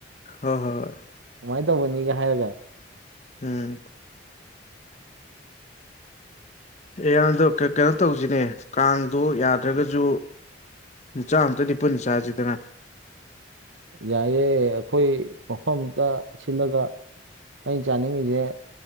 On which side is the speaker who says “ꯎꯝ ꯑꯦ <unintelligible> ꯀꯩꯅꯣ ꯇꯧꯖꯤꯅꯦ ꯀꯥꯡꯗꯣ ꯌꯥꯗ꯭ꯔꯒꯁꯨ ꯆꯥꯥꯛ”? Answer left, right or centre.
Left